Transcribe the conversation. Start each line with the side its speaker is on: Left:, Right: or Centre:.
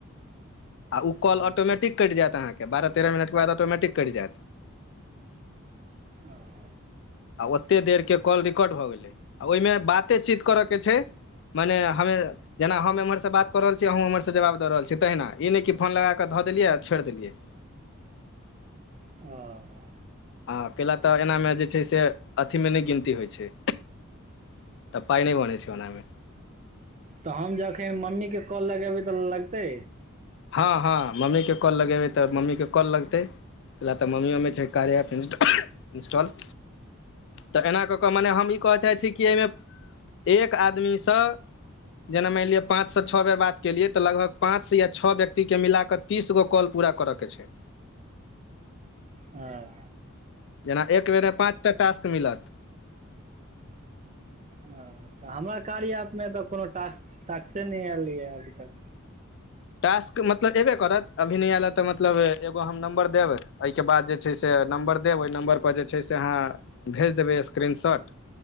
Left: आ ऊ काॅल
Right: ओ
Left: ऑटोमैटिक कटि जायत अहाके बारह तेरह मिनट बाद ऑटोमैटिक कटि जायत
Right: ओ
Left: आ ओते देर के कॉल रिकॉर्ड भऽ गेलै आ ओहिमे बाते चीत करय के छै मने हमे जेना हम एम्हरसँ बात क रहल छी अहूँ उम्हरसँ जबाब द रहल छी तहिना ई नै कि फोन लगा कऽ धऽ देलियै आ छोड़ि देलियै
Right: आ
Left: हँ कैला तऽ एनामे जे छै से अथीमे नै गिनती होइत छै तऽ पाइ नै बनै छै ओना मे
Right: तऽ हम जखै मम्मी के कॉल लगेबै तऽ लगतै
Left: हँ हँ मम्मी के कॉल लगेबै तऽ मम्मीके कॉल लगतै कै ले तऽ मम्मियो मे छै कार्या एप इन् इन्स्टॉल तऽ एना कऽ कऽ मने हम ई कहय चाहै छी कि एहिमे एक आदमीसँ जेना मानि लिअ पाँच सँ छ बेर बात केलियै तऽ लगभग पाँच से य छ व्यक्ति के मिलाकऽ तीसगो कॉल पूरा करऽ के छै
Right: हां
Left: जेना एक बेरे पाँच टा टास्क मिलत
Right: ह तऽ हमरा कार्या ऐप मे तऽ कोनोटास टास्के नै एलैया अभी तक
Left: टास्क मतलब एबे करत अभी न एयले तऽ मतलब एगो हम नम्बर देब तै के बाद जे छै से नम्बर देव ओई नम्बर पर जे छै से अहाँ भेज देबै स्क्रीन शॉट